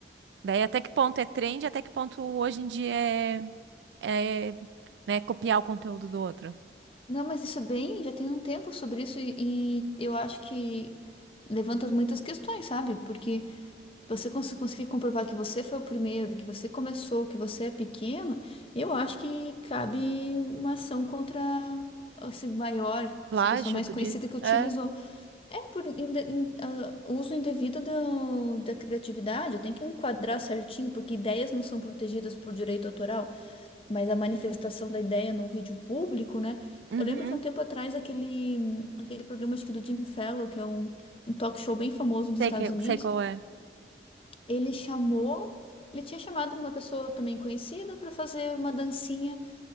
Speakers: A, on the right; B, on the left.
A: Daí até que ponto é trend, até que ponto hoje em dia é, é, né, copiar o conteúdo do outro.
B: Não, mas isso é bem, já tem um tempo sobre isso e, e eu acho que levanta muitas questões, sabe? Porque você cons conseguir comprovar que você foi o primeiro, que você começou, que você é pequeno, eu acho que cabe uma ação contra esse maior,
A: Plágio,
B: essa pessoa mais
A: tu
B: conhecida
A: diz?
B: que utilizou.
A: É.
B: É por inde- in- ah, uso indevido do- da criatividade, tem que enquadrar certinho, porque ideias não são protegidas por direito autoral, mas a manifestação da ideia num vídeo público, né?
A: Uhum.
B: Eu lembro que há um tempo atrás aquele, aquele programa, acho que do Jim Fallon, que é um, um talk show bem famoso nos
A: Sei
B: Estados
A: que,
B: Unidos,
A: sei qual é.
B: ele chamou, ele tinha chamado uma pessoa também conhecida para fazer uma dancinha